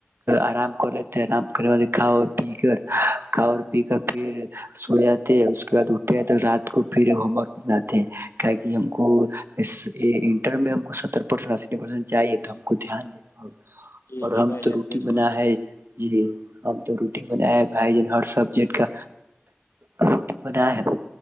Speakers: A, on the right; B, on the left.
A: آرام کر لیتے <unintelligible> آرام کر م دھاؤ <unintelligible> پی کر کا پی کر پھر سویا <unintelligible> تھے اس کے بعد اٹھتےئے تو رات کو پھر ہوم ورک بناتے <unintelligible> کہ ہم کو اس انٹر میں <unintelligible> کو ستر پرسٹی پرسٹ چاہے <unintelligible> ہم کو دھیان دینا ہ
B: جی
A: اور
B: جی
A: ہم
B: بھائی
A: تو
B: جان
A: روٹی
B: بالکل
A: بنا
B: بالکل
A: ہے جی ہم تو روٹی بنا ہے بھائی جن ہر سبجیکٹ کا رٹی <unintelligible> بنایا ہے